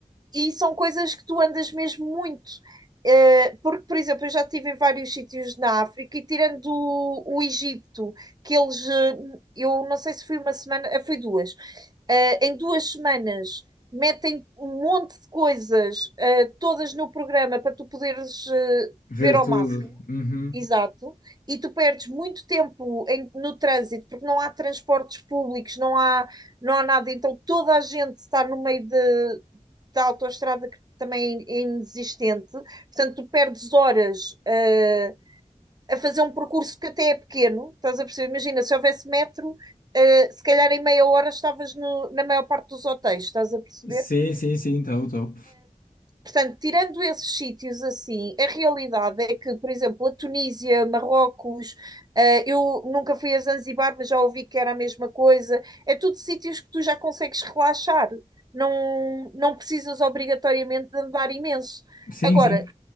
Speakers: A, on the right; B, on the left.
A: e são coisas que tu andas mesmo muito. Eh, porque, por exemplo, eu já estive em vários sítios na África e tirando o, o Egito, que eles, eh, eu não sei se foi uma semana, eh, foi duas, Eh, em duas semanas metem um monte de coisas, eh, todas no programa para tu poderes, eh,
B: Ver
A: ver ao
B: tudo.
A: máximo.
B: Uhum.
A: Exato. E tu perdes muito tempo em- no trânsito, porque não há transportes públicos, não há, não há nada. Então toda a gente está no meio de, da autoestrada que também é inexistente. Portanto, tu perdes horas, eh, a fazer um percurso que até é pequeno. Estás a perceber? Imagina, se houvesse metro, eh, se calhar em meia hora estavas no- na maior parte dos hotéis. Estás a perceber?
B: Sim, sim, sim, estou, estou.
A: Portanto, tirando esses sítios assim, a realidade é que, por exemplo, a Tunísia, Marrocos, eh, eu nunca fui a Zanzibar, mas já ouvi que era a mesma coisa. É tudo sítios que tu já consegues relaxar. Não, não precisas obrigatoriamente de andar imenso.
B: Sim,
A: Agora,
B: sim.